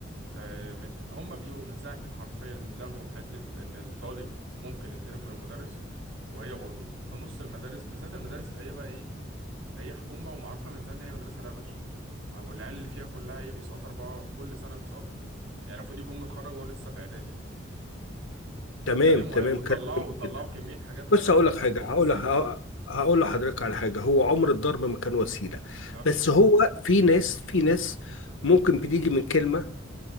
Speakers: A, on the right; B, on the left.
A: آه، من هم بيقولوا من ساعه ما حرفيا لغوا حته ان الطالب ممكن يتضرب من المدرس وهي باظت في نص المدارس بالذات المدارس اللي هي بقى ايه اللي هي حكومه ومعروفه من زمان اللي هي مدرسه لبش او العيال اللي فيها كلها ايه بيسقطوا اربعه كل سنه بيسقطوا يعني المفروض يكون متخرج وهو لسه في اعدادي مثلا
B: تمام
A: اتكلموا
B: تمام
A: قالوا وطلعوا
B: كلام جميل
A: وطلعوا
B: جدا
A: كمية حاجات غريبة
B: بس هقول لك حاجة
A: أكلهم
B: هقول
A: في السجن
B: ه- هقول لحضرتك على حاجة هو عمر الضرب ما كان وسيلة
A: ده
B: بس هو في ناس في ناس ممكن بتيجي من كلمة